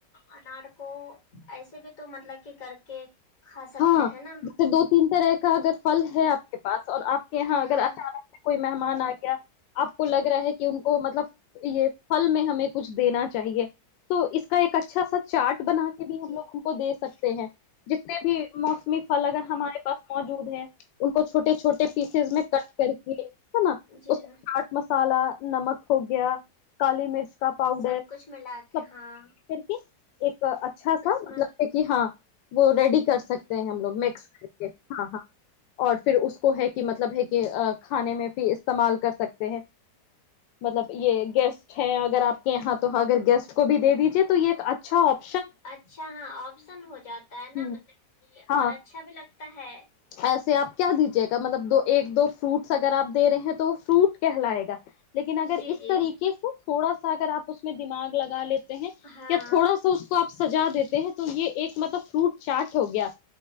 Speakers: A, on the left; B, on the left.
A: انار کو ایسے بھی تو مطلب کہ کر کے کھا سکتے
B: ہاں
A: ہیں نا
B: دو تین طرح کا اگر پھل ہے آپ کے پاس اور آپ کے یہاں
A: ہوں
B: اگر اچانک سے کوئی مہمان آ گیا آپ کو لگ رہا ہے کہ ان کو مطلب یہ پھل میں ہمیں کچھ دینا چاہیے تو اس کا ایک اچھا سا چارٹ بنا کے بھی ہم
A: جی
B: لوگ ان کو دے سکتے ہیں جتنے بھی موسمی پھل اگر ہمارے پاس موجود ہے ان کو چھوٹے چھوٹے پیسز میں کٹ کر کے ہے نا
A: جی
B: اس چاٹ
A: ہاں
B: م مسالا نمک ہو گیا کالی مرچ کا پاؤڈر
A: سب کچھ ملا کے
B: سب
A: ہاں
B: کر کے ایک اچھا سا
A: اس میں
B: مطلب ہے کہ ہاں وہ ریڈی کر سکتے ہم لوگ مکس کر کے ہاں ہاں اور پھر اس کو ہے کہ مطلب ہے کہ کھانے میں بھی استعمال کر سکتے ہیں مطلب
A: جی
B: یہ گیس اگر آپ کے یہاں تو اگر گیسٹ کو بھی دے دیجیے تو یہ ایک اچھا آپ
A: اچھا ہاں آپشن ہو جاتا ہے نا
B: ہوں
A: مطلب کہ
B: ہاں
A: اور اچھا بھی لگتا ہے
B: ایسے آپ کیا دیجیے گا مطلب دو ایک دو فروٹس اگر آپ دے رہے ہیں تو تو فروٹ کہ لائے گا لیکن اگر
A: جی
B: اس
A: جی
B: طریقے سے تھوڑا سا اگر آپ اس کو میں دمغ لگا لیتے ہیں
A: ہاں
B: کیا تھوڑا سا اس کو آپ سجا دیتے ہیں تو یہ ایک مطلب فروٹ چاٹ ہو گیا